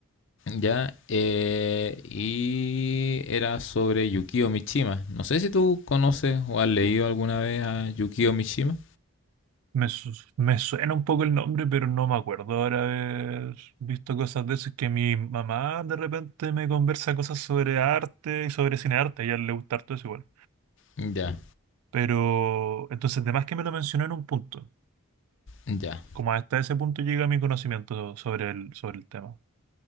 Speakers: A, on the left (about 55°); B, on the right (about 80°).
A: Ya, eh, y era sobre Yukio Mishima. No sé si tú conoces o has leído alguna vez a Yukio Mishima.
B: Me, su- me suena un poco el nombre, pero no me acuerdo ahora haber visto cosas de eso. Es que mi mamá de repente me conversa cosas sobre arte y sobre cine arte, a ella le gusta harto eso igual.
A: Ya,
B: Pero entonces, además que me lo mencionó en un punto,
A: ya,
B: como hasta ese punto llega mi conocimiento sobre el, sobre el tema.